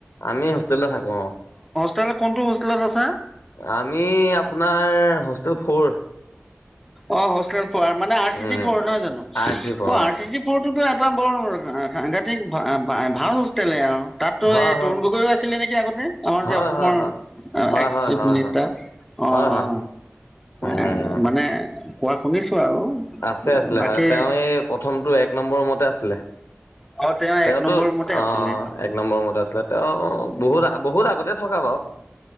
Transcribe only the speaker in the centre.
তেনে কোনটো হোষ্টেলত আছা।
অ' হোষ্টেলত পঢ়ে মানে আৰ চি
চি পঢ়ে নহয় জানোঁ
অ' আৰু চি চি তৌৰ এটা বৰ সাংঘাতিক ভাল হোষ্টেলে আৰু। তাততো
এই- তৰুণ গগৈও আছিলে নেকি? আগতে
আমাৰ যে অসমৰ
এক্স
চিফ
মিনিষ্টাৰ।
অ'
অ'
এ মানে কোৱা শুনিছোঁ আৰু।
বাকী
অ তেওঁ
এক নম্বৰ ৰুমতে
আছিলে